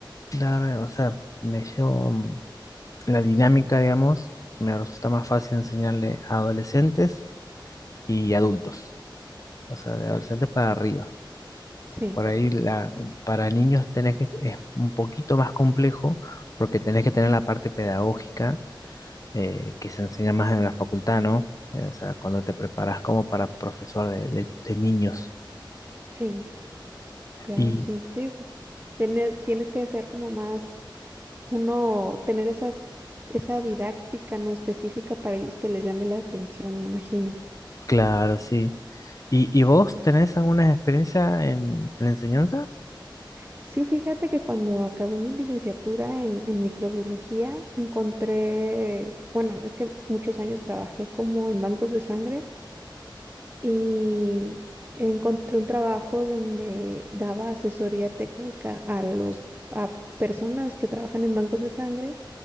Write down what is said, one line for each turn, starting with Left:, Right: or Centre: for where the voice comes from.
Left: dar, o sea, me llevo mm, la dinámica, digamos, me resulta más fácil enseñarle a adolescentes y adultos, o sea, de adolescentes para arriba.
Right: sí,
Left: Por ahí la, para niños tenés que, es un poquito más complejo porque tenés que tener la parte pedagógica eh, que se enseña más en la facultad, ¿no? Eh, o sea, cuando te preparas como para profesor de, de de niños.
Right: Sí, claro,
Left: Y
Right: sí, sí. pues, Tienes, tienes que ser como más, uno, tener esas, esa didáctica no específica para ellos que les llame la atención, me imagino.
Left: claro, sí. ¿Y, y vos tenés alguna experiencia en, en la enseñanza?
Right: Sí, fíjate que cuando acabé mi licenciatura en, en microbiología, encontré, bueno, es que muchos años trabajé como en bancos de sangre y encontré un trabajo donde daba asesoría técnica a los, a personas que trabajan en bancos de sangre